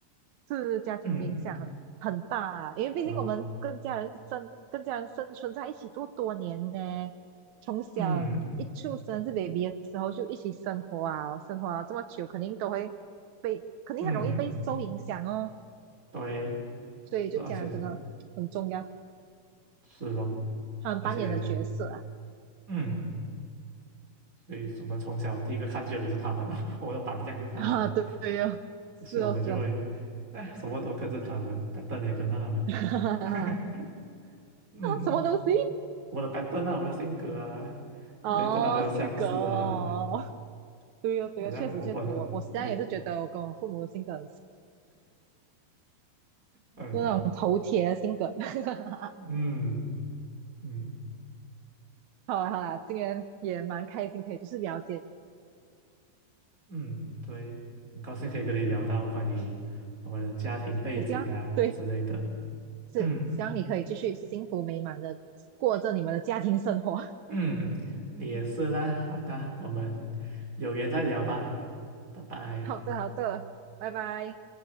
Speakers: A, on the right; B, on the right.
A: 是家庭影响很很大啊。
B: 嗯，
A: 因为毕竟我们跟家人生跟家人生存在一起多多年呢，
B: 是咯，
A: 从小一出生是
B: 嗯
A: baby 的时候就一起生活啊，生活啊这么久，肯定都会被肯定很容易被受影响哦。
B: 嗯，对，
A: 所以就家人真的很重要，
B: 而且是咯，
A: 他们扮演的角色啊。
B: 而且嗯，所以我们从小第一个看见的是他们啊，<laughs> 我的榜样是他们，
A: <laughs> 啊，对对哦，是哦是哦，
B: 所以我们就会，哎，什么都跟着他们，pattern 也跟着他们，
A: <laughs>
B: <laughs> 嗯，
A: 什么东西？
B: 我们的 pattern 啊，我们的性格啊，
A: 哦，
B: 也跟他们相似啊。
A: 性格哦，对哦，对哦，
B: 好像我本我
A: 确实确实，我我实际上也是觉得我跟我父母的性格很像，
B: 嗯
A: 就那种头铁的性格。<laughs>
B: 嗯嗯
A: 好啦好啦，今天也蛮开心，可以就是了解，
B: 嗯，对，很高兴可以跟你聊到关于我的家庭背景啊之类的。
A: 也希望对是希望你可以继续幸福美满的过着你们的家庭生活。
B: 嗯嗯，你也是啦。好的，我们有缘再聊吧，拜拜。
A: <laughs> 好的好的，拜拜。